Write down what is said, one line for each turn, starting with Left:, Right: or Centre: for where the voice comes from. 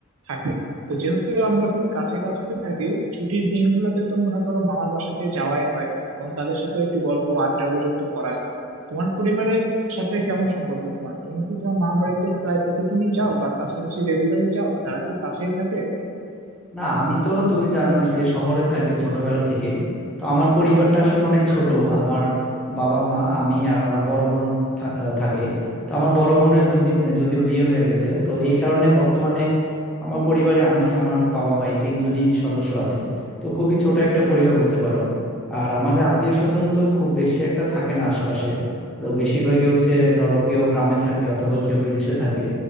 Right: থাকে তো যেহেতু আমরা খুবই কাছে কাছে থাকি ছুটির দিনগুলোতে তো মনে করো মামার বাসাতে যাওয়াই হয় এবং তাদের সাথে একটু গল্প আড্ডা গুজব তো করাই হয় তোমার পরিবারের সাথে কেমন সম্পর্ক তোমার তুমি কি তোমার মা বাড়িতে প্রায় প্রতিদিনই যাও বা কাছাকাছি রেগুলারই যাও তারা কি কাছেই থাকে
Centre: না আমি তো তুমি জানো যে শহরে থাকি ছোটবেলা থেকে তো আমার পরিবারটা আসলে অনেক ছোট আমার বাবা মা আমি আর আমার বড় বোন থা- আহ, থাকে তো আমার বড় বোনের যদি যদিও বিয়ে হয়ে গেছে তো এই কারণে বর্তমানে আমার পরিবারে আমি আমার বাবা মা এই তিনজনই সদস্য আছি তো খুবই ছোট একটা পরিবার বলতে পারো আর আমাদের আত্মীয় স্বজন তো খুব বেশি একটা থাকে না আশপাশে তো বেশিরভাগই হচ্ছে ধরো কেউ গ্রামে থাকে অথবা কেউ বিদেশে থাকে